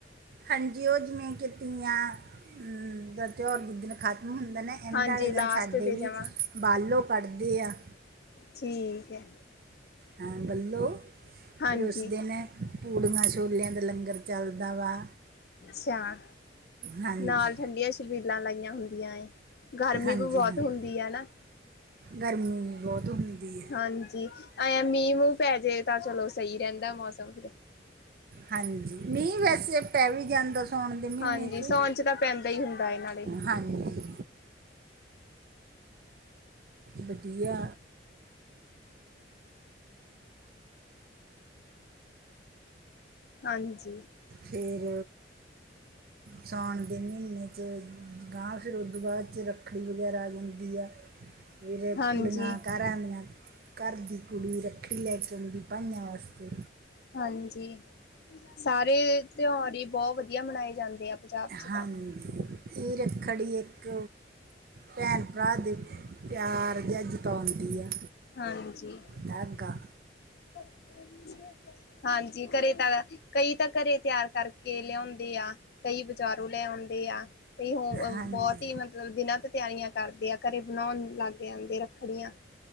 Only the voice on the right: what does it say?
ਹੰਜੀ ਓ ਜਿਵੇਂ ਕਿਤੀਆਂ, ਹੂੰ ਦਾ ਤਿਓਰ ਜਿੱਦਨ ਖ਼ਤਮ ਹੁੰਦੈ ਨੇ, ਐਂਡ
ਆਲੇ ਦਿਨ
ਸਾਡੇ
ਵੀ
ਬਾਲੋ ਪੜਦੇ ਆ।
ਹਾਂ ਬੱਲੋ
ਫਿਰ ਉਸ ਦਿਨ ਪੂੜੀਆਂ-ਛੋਲੇਆਂ ਦਾ ਲੰਗਰ ਚਲਦਾ ਵਾ।
ਹਾਂਜੀ
ਹਾਂਜੀ
ਹਾਂਜੀ
ਗਰਮੀ ਵੀ ਬੌਤ ਹੁੰਦੀ ਏ।
ਹਾਂਜੀ, ਮੀਂ ਵੈਸੇ ਪੈ ਵੀ ਜਾਂਦਾ ਸੌ ਸੌਣ ਦੇ ਮੀਨੇ
ਚ,
ਹਾਂਜੀ। ਵਧੀਆ।
ਫੇਰ ਸ਼ੌਣ ਦੇ ਮੀਂਨੇ ਚ ਗਾਂਅ ਫੇਰ ਉਦੂ ਬਾਦ ਚ ਰੱਖੜੀ ਵਗੈਰਾ ਆ ਜਾਂਦੀ ਐ। ਵਿਰੇ
ਕੁੜੀਆਂ ਕਰਾਂ ਦਿਆਂ ਕਰ ਦੀ ਕੁੜੀ ਰੱਖੜੀ ਲੈ ਕੇ ਆਉਂਦੀ ਪਾਈਂਆਂ ਵਾਸਤੇ
ਹਾਂਜੀ,
ਏ ਰੱਖੜੀ ਇੱਕ ਪੈਣ- ਪਰਾ ਦੇ ਪਿਆਰ ਜਿਆ ਜਤੌਂਦੀ ਆ
ਤਾਗ੍ਗਾ।
ਹਾਂਜੀ